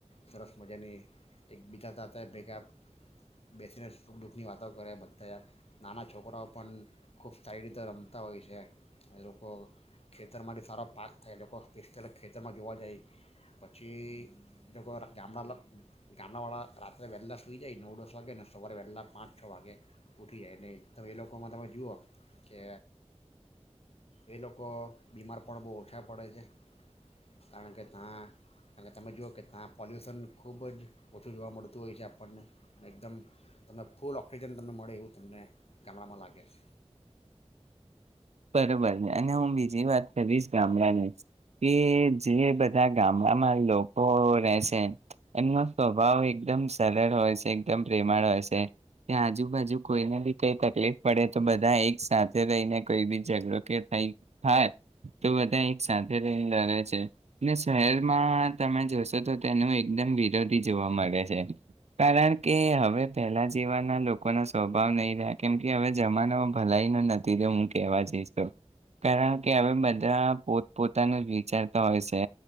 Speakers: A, on the left (about 60°); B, on the right (about 70°).
A: સરસ મજાની એકબીજા સાથે ભેગા બેસીને સુખ દુઃખની વાતો કરે બધા નાના છોકરાઓ પણ ખૂબ સારી રીતે રમતા હોય છે લોકો ખેતરમાંથી સારો પાક અ એ લોકો સ્પેશલ ખેતરમાં જોવા જાય પછી એ લોકો ગામડા ગામડાવાળા રાત્રે વહેલાં સુઈ જાય નવ દોસ વાગે ને સવારે વહેલાં પાંચ છ વાગે ઉઠી જાય નહીં તો એ લોકોમાં તમે જુઓ કે એ લોકો બીમાર પણ બહુ ઓછા પડે છે. કારણ કે ત્યાં કારણ કે તમે જુઓ કે ત્યાં પોલ્યુશન ખૂબ જ ઓછું જોવા મળતું હોય છે આપણને એકદમ તમને ફૂલ ઓક્સિજન તમને મળે એવું તમને ગામડામાં લાગે છે.
B: બરોબર અને હું બીજી વાત વીસ ગામડાને કે જે બધા ગામડામાં લોકો રહેશે એમનો સ્વભાવ એકદમ સરળ હોય છે એકદમ પ્રેમાળ હોય છે કે આજુબાજુ કોઈને બી કઈ તકલીફ પડે તો બધા એક સાથે રહીને કહીબી ઝગડો કે થાય તો બધા એક સાથે રહી લડે છે શહેરમાં તમે જોશો તો તેનું એકદમ વિરોધી જોવા મળે છે કારણ કે હવે પહેલા જેવાના લોકોનો સ્વભાવ નહીં રહ્યા કેમ કે હવે જમાનો ભલાઈ નો નથી રહો મકી કેવા જઈશ કારણ કે હવે બધા પોતપોતાનું જ વિચારતા હોય છે